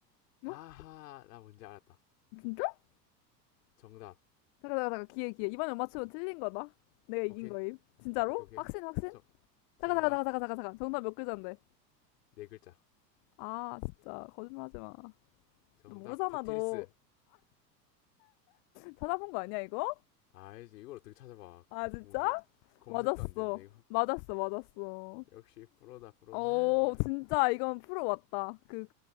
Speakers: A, on the left; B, on the left.
A: 아하,
B: 어?
A: 나 뭔지 알았다.
B: 진짜?
A: 정답.
B: 잠깐, 잠깐, 잠깐. 기회, 기회. 이번에 못 맞추면 틀린 거다. 내가 이긴
A: 오케이,
B: 거임. 진짜로?
A: 오케이, 오케이.
B: 확신, 확신?
A: 정,
B: 잠깐,
A: 정답
B: 잠깐, 잠깐, 잠깐, 잠깐. 잠깐. 정답 몇 글자인데?
A: 네 글자.
B: 아, 진짜. 거짓말 하지 마.
A: 정답
B: 너 모르잖아,
A: 테트리스.
B: 너. 찾아본 거 아니야, 이거?
A: 아, 이제 이걸 어떻게 찾아봐?
B: 아, 진짜?
A: 뭐 뭐, 검색도
B: 맞았어.
A: 안 되는데 이거.
B: 맞았어, 맞았어.
A: 역시 프로다 프로.
B: 어,
A: 아, 뭐야?
B: 진짜 이건 프로 맞다. 그,